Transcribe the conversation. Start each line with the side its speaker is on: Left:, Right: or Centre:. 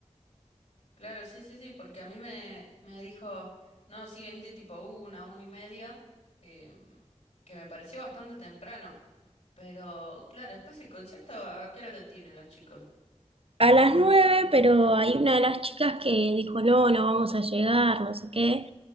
Left: Claro, sí, sí, sí, porque a mí me, me dijo, no, sí, venite tipo una, una y media, em, que me pareció bastante temprano, pero claro, después el concierto, ¿a qué hora lo tienen los chicos?
Right: A las nueve, pero hay una de las chicas que dijo, no, no vamos a llegar, no sé qué.